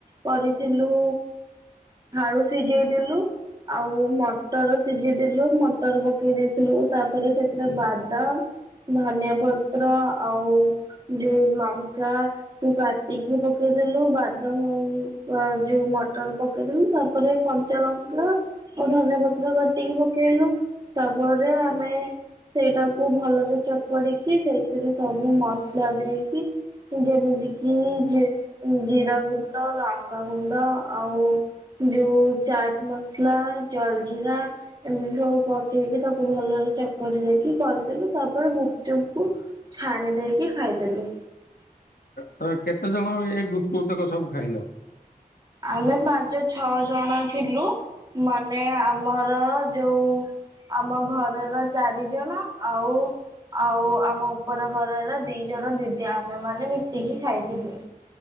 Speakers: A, on the right; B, on the left.
A: କରିଥିଲୁ ଆଳୁ ସିଝେଇ ଦେଲୁ। ଆଉ ମଟର ସିଝିଦଲୁ ମଟର ପକେଇ ଦେଇଥିଲୁ ତା ପରେ ସେଥିରେ ବାଦାମ ଧନିଆ ପତ୍ର ଆଉ ଯେଉ ଲକା ତୁ କାଟିକି ପକେଇଦେଲୁ ବାଦାମ ଯୋଉ ମଟର ପକେଇଦେଲୁ। ତାପରେ କଞ୍ଚା ଲଙ୍କା ଆଉ ଧନିଆ ପତ୍ର କାଟିକି ପକେଇଲୁ। ତାପରେ ଆମେ ସେଇଟାକୁ ଭଲରେ ଚକଡିକି ସେଇଥିରେ ସବୁ ମସଲା ଦେଇକି ଯେମିତି କିି ଜିରା ଗୁଣ୍ଡ ଲଙ୍କାଗୁଣ୍ଡ ଆଉ ଯୋଉ ଚାଟ ମସଲା ଜଲ ଜିରା ଏମିତି ସବୁ ପକେଇକି ତାକୁ ଭଲରେ ଚ କରି ଦେଇକି କରିଦେଲୁ ତାପରେ ଗୁପଚୁପକୁୁ ଛାଣି ଦେଇକି ଖାଇଦେଲୁ।
B: ତ କେତେ ଜଣ ଇଏ ଗୁୁତକ ସବୁ ଖାଇଲ?
A: ଆମେ ପାଞ୍ଚ ଛଅ ଜଣ ଥିଲୁ ମାନେ ଆମର ଯୋଉ। ଆମ ଘରର ଚାରି ଜଣ ଆଉ। ଆଉ ଆମ ଉପର ଘରର ଦି ଜଣ ଦିଦି ଆମେ ମାନେ ମିଶିକି ଖାଇଥିଲୁ।